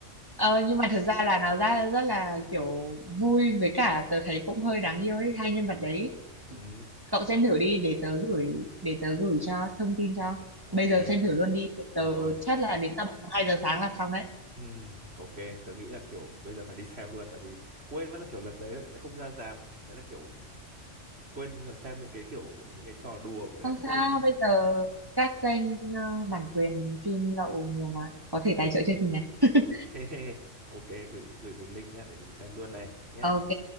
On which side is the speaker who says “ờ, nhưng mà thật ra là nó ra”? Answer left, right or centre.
Right